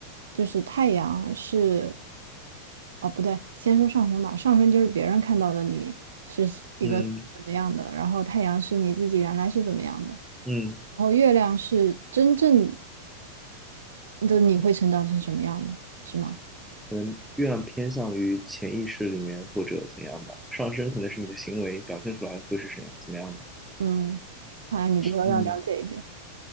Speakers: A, on the right (about 65°); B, in the centre.
A: 就是太阳是，哦，不对，先说上升吧。上升就是别人看到的你是一个怎么样的，
B: 嗯
A: 然后太阳是你自己原来是怎么样的，
B: 嗯，
A: 然后月亮是真正的你会成长成什么样的，是吗？
B: 可能月亮偏向于潜意识里面或者怎样吧，上升可能是你的行为表现出来会是怎样怎么样的？
A: 嗯，看来你比我要了解一点。
B: 嗯，